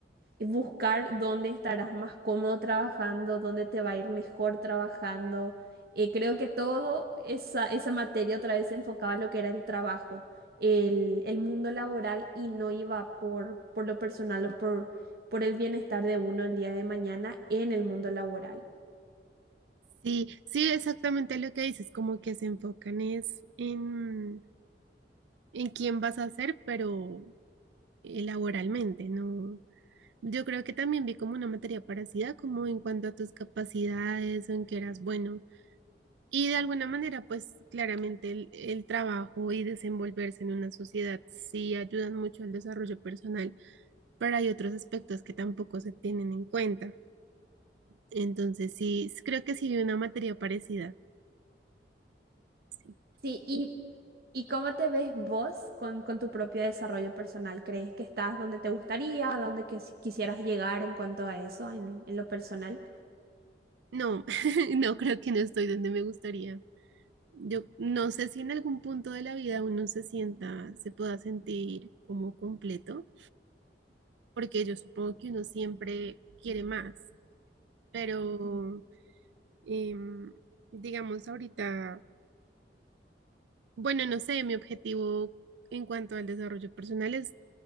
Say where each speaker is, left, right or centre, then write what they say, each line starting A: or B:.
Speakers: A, on the right; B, on the right.
A: buscar dónde estarás más cómodo trabajando, dónde te va a ir mejor trabajando. Eh, creo que todo esa, esa materia otra vez se enfocaba a lo que era el trabajo, el, el mundo laboral y no iba por, por lo personal o por, por el bienestar de uno el día de mañana en el mundo laboral.
B: Sí, sí, exactamente lo que dices, como que se enfocan es en, en quién vas a ser, pero eh, laboralmente, ¿no? Yo creo que también vi como una materia parecida, como en cuanto a tus capacidades o en qué eras bueno. Y de alguna manera, pues claramente el, el trabajo y desenvolverse en una sociedad sí ayudan mucho al desarrollo personal, pero hay otros aspectos que tampoco se tienen en cuenta. Entonces, sí, creo que sí vi una materia parecida. Sí.
A: Sí, y ¿Y cómo te ves vos con, con tu propio desarrollo personal? ¿Crees que estás donde te gustaría, a que quis- quisieras llegar en cuanto a eso, en, en lo personal?
B: No, <laughs> no creo que no estoy donde me gustaría. Yo no sé si en algún punto de la vida uno se sienta, se pueda sentir como completo, porque yo supongo que uno siempre quiere más, pero
A: Ujú,
B: em, digamos ahorita, bueno, no sé, mi objetivo en cuanto al desarrollo personal es